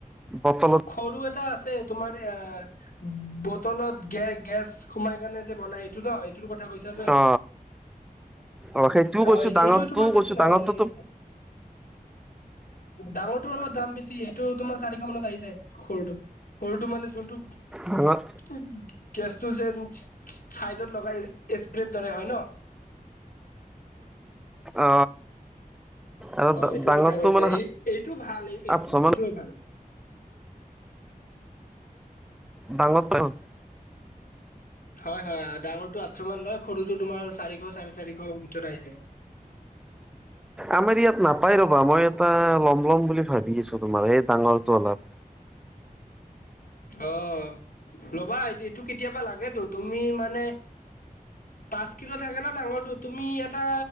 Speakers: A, in the centre; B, on the left.
A: বটলত
B: সৰু এটা আছে তোমাৰ এ বটলত গে গেছ সোমাই কাৰণে যে বনাই সেইটো ত ইট- তোৰ কথা কৈছা যে
A: অ অ সেইটোও কৈছো
B: অ এই যে
A: ডাঙৰটোও
B: এইটো তোমাৰ
A: কৈছো
B: বেছি নহয়
A: ডাঙৰটোতো
B: এইয়ে ডাঙৰটোৰ অলপ দাম বেছি সেইটো তোমাৰ চাৰিশ মানত আহি যায় সৰুটো। সৰুটো মানে যোনটো
A: হ'লত
B: উম গেছটো যেন চাইডত লগাই স্প্ৰেড দৰে হয় ন?
A: অ। আৰু
B: অ এইটো
A: ডাঙৰটো
B: কথা কৈছা।
A: মানে
B: এই এইটো ভাল এই এইটো
A: আঠশ মান
B: এইটোও ভাল।
A: <unintelligible>
B: হয় হয় ডাঙৰটো আঠশ মান লয়, সৰুটো তোমাৰ চাৰিশ চাৰে চাৰিশ ভিতৰত আহি যায়।
A: আমাৰ ইয়াত নাপাই ৰবা মই এটা লম লম বুলি ভাবি আছো তোমাৰ এই ডাঙৰটো অলপ।
B: অ ল'বা এইটো কেতিয়াবা লাগেতো তুমি মানে
A: <inaudible>
B: পাঁচ কিলো থাকে ন ডাঙৰটো তুমি এটা